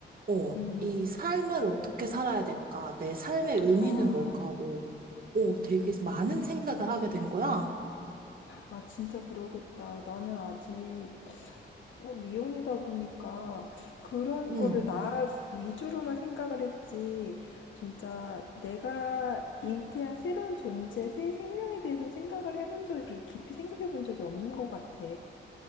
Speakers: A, on the right; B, on the left.
A: 어,
B: 음.
A: 이 삶을 어떻게 살아야 될까, 내 삶의 의미는
B: 아,
A: 뭘까 하고, 어, 되게
B: 그러고.
A: 많은 생각을 하게 된 거야.
B: 아, 진짜 그러겠다. 나는 아직 어, 미혼이다 보니까 그런
A: 음,
B: 거를 나 위주로만 생각을 했지. 진짜 내가 잉태한 새로운 존재, 새 생명에 대해서 생각을 해본 적이 그렇게 깊이 생각해 본 적이 없는 것 같아.